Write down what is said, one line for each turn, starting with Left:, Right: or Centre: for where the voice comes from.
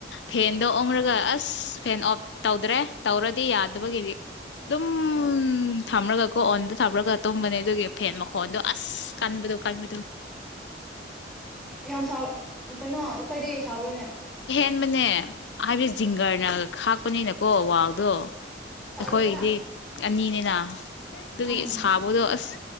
Left: ꯐꯦꯟꯗꯣ ꯑꯣꯡꯔꯒ ꯑꯁ ꯐꯦꯟ ꯑꯣꯐ ꯇꯧꯗ꯭ꯔꯦ ꯇꯧꯔꯗꯤ ꯌꯥꯗꯕꯒꯤꯗꯤ ꯑꯗꯨꯝ ꯊꯝꯃꯒꯀꯣ ꯑꯣꯟꯗ ꯊꯝꯃꯨꯔꯒ ꯇꯨꯝꯕꯅꯦ ꯑꯗꯨꯒꯤ ꯐꯦꯟ ꯃꯈꯣꯟꯗꯣ ꯑꯁ ꯀꯟꯕꯗꯣ ꯀꯟꯕꯗꯣ
Centre: ꯌꯥꯝ ꯁ ꯀꯩꯅꯣ ꯑꯩꯈꯣꯏꯗꯤ ꯊꯕꯔꯅꯦ
Left: ꯃ <unintelligible> ꯍꯥꯏꯗ ꯖꯤꯡꯒꯥꯔꯅ ꯈ ꯊꯣꯛꯄꯅꯤꯅꯀꯣ ꯋꯥꯎꯗꯣ
Centre: ꯇꯜꯂꯦꯍꯦ
Left: ꯑꯩꯈꯣꯏꯒꯤꯗꯤ ꯑꯅꯤꯅꯤꯅ ꯑꯗꯨꯗꯒꯤ
Centre: ꯎꯝ
Left: ꯁꯥꯕꯗꯣ ꯑꯁ